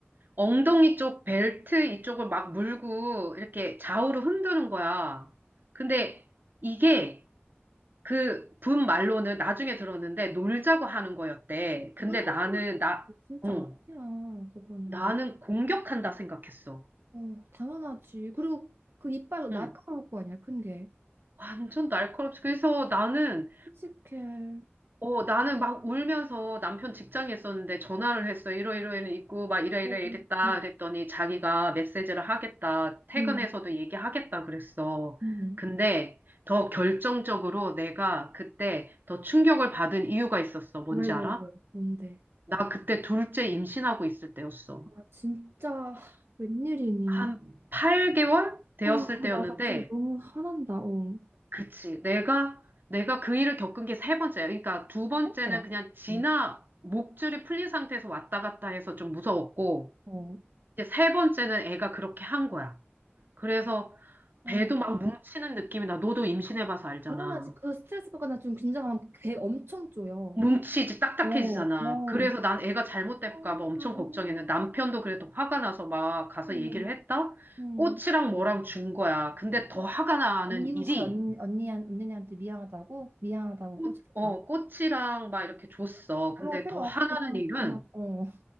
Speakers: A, on the right; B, on the right.
A: 엉덩이 쪽 벨트 이쪽을 막 물고 이렇게 좌우로 흔드는 거야. 근데 이게 그 분 말로는 나중에 들었는데 놀자고 하는 거였대. 근데
B: 생각이
A: 나는, 나,
B: 들어? 진짜
A: 어,
B: 아니야, 그거는.
A: 나는 공격한다 생각했어.
B: 어, 당연하지. 그리고 그 이빨
A: 응.
B: 날카로울 거 아니야, 큰 게.
A: 완전 날카롭지. 그래서 나는
B: 끔찍해.
A: 어, 나는 막 울면서 남편 직장에 있었는데 전화를 했어. 이러이러해는 있고, 막 이래이래
B: 어,
A: 이랬다.
B: 어,
A: 그랬더니 자기가 메시지를 하겠다. 퇴근해서도
B: 응,
A: 얘기하겠다. 그랬어.
B: 응.
A: 근데 더 결정적으로 내가 그때 더 충격을 받은 이유가 있었어. 뭔지
B: 왜, 왜,
A: 알아?
B: 왜? 뭔데?
A: 나 그때 둘째 임신하고 있을 때였어.
B: 아, 진짜, 웬일이니?
A: 한 8개월 되었을
B: 아, 아,
A: 때였는데,
B: 나 갑자기 너무 화난다, 어.
A: 그치. 내가, 내가 그 일을 겪은 게 세 번째야. 그러니까 두 번째는
B: 힘들어.
A: 그냥 지나
B: 응.
A: 목줄이 풀린 상태에서 왔다 갔다 해서 좀 무서웠고,
B: 어.
A: 이제 세 번째는 애가 그렇게 한 거야. 그래서
B: 아,
A: 배도 막 뭉치는 느낌이 나. 너도 임신해봐서 알잖아.
B: 나는 아직 그 스트레스 받거나 좀 긴장하면 배 엄청 쪼여.
A: 뭉치지, 딱딱해지잖아.
B: 어, 어.
A: 그래서 난 애가 잘못될까
B: 아,
A: 봐 엄청
B: 나 너무
A: 걱정했는데 남편도 그래도 화가 나서 막 가서
B: 힘들어.
A: 얘기를 했다?
B: 음.
A: 꽃이랑 뭐랑 준 거야. 근데 더 화가 나는
B: 아니, 이웃이
A: 일이
B: 언니, 언니한, 언니한테 미안하다고? 미안하다고
A: 꽃,
B: 꼬집혔다고?
A: 어, 꽃이랑 막 이렇게 줬어. 근데
B: 그런 거 필요
A: 더
B: 없고,
A: 화나는
B: 그냥,
A: 일은
B: 그냥, 어.